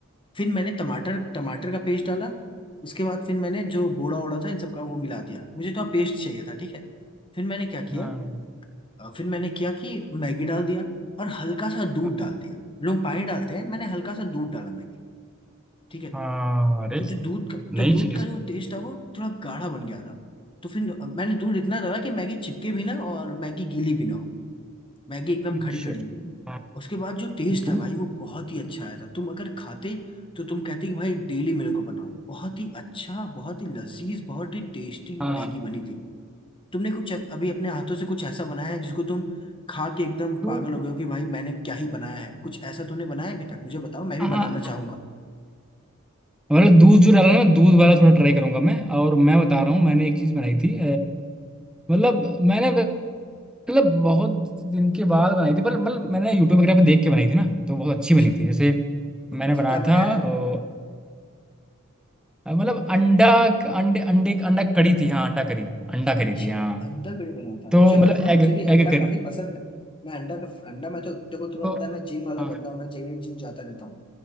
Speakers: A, on the left; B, in the centre.
A: फिर मैंने टमाटर टमाटर का पेस्ट डाला उसके बाद फिर मैंने जो बोड़ा ओड़ा था इन सब का वो मिला दिया मुझे तो पेस्ट चाहिए था ठीक है फिर मैंने क्या किया
B: हाँ
A: अ, फिर मैंने किया कि मैगी डाल दिया और हल्का सा दूध
B: हाँ
A: डाल दिया लोग पानी डालते हैं मैंने हल्का सा दूध डाला मैगी ठीक है
B: हाँ, अरे
A: वो जो दूध का
B: नई
A: जो दूध
B: चीज
A: का जो टेस्ट था वो थोड़ा गाढ़ा बन गया था तो फिर अ, मैंने दूध इतना डाला कि मैगी चिपके भी ना और मैगी गीली भी ना हो मैगी एकदम
B: अच्छा
A: खड़ी खड़ी हो
B: हाँ,
A: उसके बाद जो टेस्ट
B: दूध
A: था भाई वो बहुत ही अच्छा आया था तुम अगर खाते तो तुम कहते कि भाई डेली मेरे को बनाओ बहुत ही अच्छा बहुत ही लजीज बहुत ही टेस्टी
B: हाँ
A: मैगी बनी थी तुमने कुछ अप- अभी अपने हाथों से कुछ ऐसा बनाया है जिसको तुम खा के एकदम
B: दूध
A: पागल हो गए हो कि भाई मैंने क्या ही बनाया है कुछ ऐसा तुमने बनाया अभी तक मुझे बताओ मैं भी
B: हाँ
A: बनाना
B: हाँ।
A: चाहूंगा
B: मतलब दूध जो डाला ना दूध वाला थोड़ा ट्राई करूंगा मैं और मैं बता रहा हूँ मैंने एक चीज़ बनाई थी मतलब मैंने वे- मतलब बहुत दिन के बाद बनाई थी पर मतलब मैंने यूट्यूब वगैरह पे देख के बनाई थी ना तो बहुत अच्छी
A: अच्छा
B: बनी
A: अच्छा
B: थी जैसे मैंने
A: हम्म,
B: बनाया
A: क्या बनाया
B: था अ,
A: था
B: मतलब अंडा अंडे अंडे अंडा करी थी हाँ अंडा करी अंडा करी
A: अच्छा,
B: थी हाँ
A: अंडा कड़ी बनाया था
B: तो
A: मुझे
B: मतलब
A: बताना
B: एग
A: मुझे भी
B: एग
A: अंडा
B: करी
A: काफी पसंद है मैं अंडा का अंडा मैं तो देखो तुम्हें
B: तो
A: पता है मैं जिम वाला
B: हाँ
A: बंदा हूँ मैं डेली जिम जाता रहता हूँ